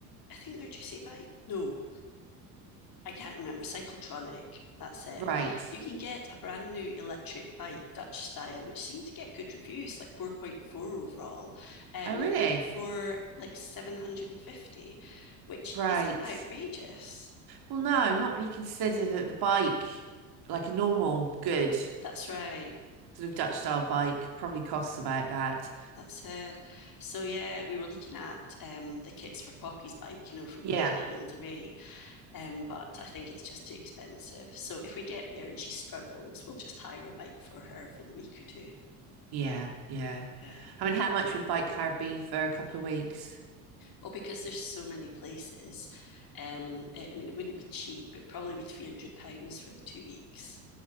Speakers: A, on the left; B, on the right.
A: I think they're juicy bike. No, I can't remember, Cyclotronic, that's it.
B: right.
A: You can get a brand new electric bike, Dutch style, which seemed to get good reviews, like 4.4 overall, um,
B: Oh, really?
A: for like 750, which
B: Right.
A: isn't outrageous.
B: Well, no, not when you consider that the bike, like a normal, good
A: That's right.
B: sort of Dutch style bike, probably costs about that.
A: That's it. So yeah, we were looking at um, the kits for Poppy's bike, you know, for going
B: Yeah.
A: to the Ile de Ré, um, but I think it's just too expensive. So if we get there and she struggles, we'll just hire a bike for her for the week or two.
B: Yeah, yeah.
A: Yeah.
B: I mean, how much would Bike Car be for a couple of weeks?
A: Well, because there's so many places, um, eh, I mean, it wouldn't be cheap. It'd probably be three hundred pounds for the two weeks,